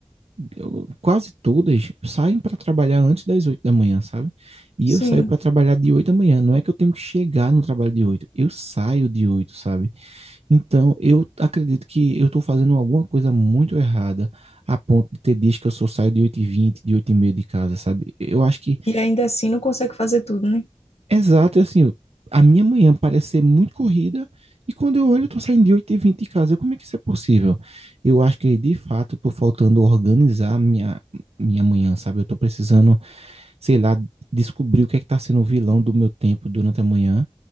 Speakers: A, on the right (about 70°); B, on the left (about 75°).
A: eu- quase todas, saem para trabalhar antes das 8 da manhã, sabe? E
B: sim.
A: eu saio para trabalhar de 8 da manhã. Não é que eu tenho que chegar no trabalho de oito eu saio de oito sabe? Então, eu acredito que eu estou fazendo alguma coisa muito errada, a ponto de ter dias que eu só saio de oito e vinte de oito e 30 de casa, sabe? Eu acho que,
B: E ainda assim não consegue fazer tudo, né?
A: exato, é assim, a minha manhã parece ser muito corrida, e quando eu olho, eu estou saindo de oito e vinte de casa. Como é que isso é possível? Eu acho que, de fato, eu estou faltando organizar a minha, minha manhã, sabe? Eu estou precisando, sei lá, descobrir o que é que está sendo o vilão do meu tempo durante a manhã